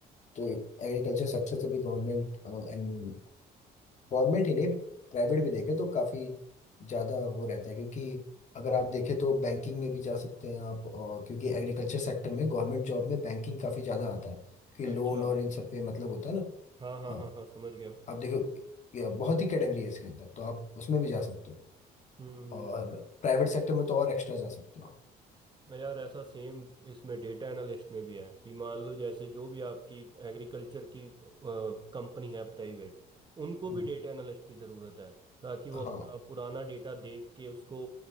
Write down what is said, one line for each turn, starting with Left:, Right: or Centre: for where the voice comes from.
Left: तो एग्रीकल्चर सेक्टर से भी गवर्नमेंट एंड गवर्नमेंट ही नहीं प्राइवेट भी देखे तो काफ़ी ज़्यादा वो रहता है क्योंकि अगर आप देखें तो बैंकिंग में भी जा सकते हैं आप और क्योंकि एग्रीकल्चर सेक्टर में गवर्नमेंट जॉब में बैंकिंग काफ़ी ज़्यादा आता है क्योंकि
Right: अच्छा
Left: लोन और इन सब पे मतलब होता है ना
Right: हाँ हाँ
Left: हाँ
Right: हाँ हाँ समझ गया
Left: आप देखो ये बहुत ही कैटेगरी है इसके अंदर तो आप उसमें भी जा सकते हो
Right: हम्म
Left: और प्राइवेट सेक्टर में तो और एक्स्ट्रा जा सकते हो आप।
Right: हाँ यार ऐसा सेम इसमें डेटा एनालिस्ट में भी है कि मान लो जैसे जो भी आपकी एग्रीकल्चर की कंपनी है प्राइवेट उनको
Left: हम्म
Right: भी डेटा एनालिस्ट की ज़रूरत है ताकि वो अपना
Left: हाँ
Right: पुराना डेटा देख के उसको